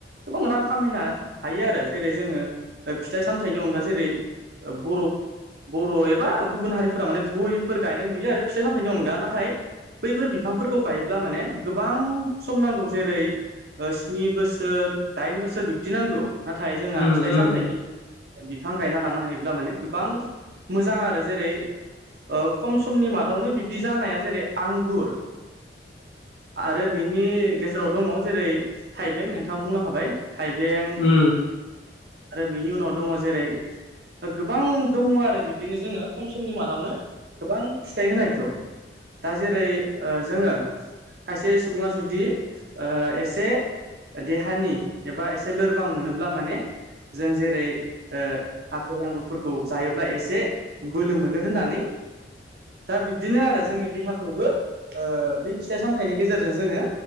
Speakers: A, on the right; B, on the left.
A: गोबां रां खामायनो हायो आरो जेरै जोङो फिथाइ सामथाइनि अनगा जेरै ओ बर' बर' ए बा गुबुन हारिफोरा माने गयफोर गायनाय नुयो आरो फिथाइ सामथाइनि अनगा नाथाय बैफोर बिफांफोरखौ गायोब्ला माने गोबां सम नांगौ जेरै स्नि बोसोर दाइन बोसोर बिब्दि नांगौ। नाथाय जोंहा
B: उम
A: फिथाइ
B: उम
A: सामथाइनि बिफां गायना लानो हायोब्ला माने गोबां। मोजां आरो जेरै ओ-खम समनि मादावनो बिब्दि जानाया जेरै आंगुर। आरो बेनि गेजेराव दङ जेरै थाइबें नोंथाङा बुंनो हाबाय। थाइबें आरो
B: उम
A: बेनि उनाव दङ जेरै गोबां दङ आरो बि बिदिनो जोङो खम समनि मादावनो गोबां फिथाइ होनायखौ। दा जेरै ओ-जोङो। खायसे सुबुङा जुदि एसे। देहानि एबा एसे लोरबां मोनोब्ला माने। जों जेरै ओ-आफेल आंगुरफोरखौ जायोब्ला एसे बोलो मोनो होननानै दा बिब्दिनो आरो जोंनि देहाखौबो। ओ-बै फिथाइ सामथाइनि गेजेरजों जोङो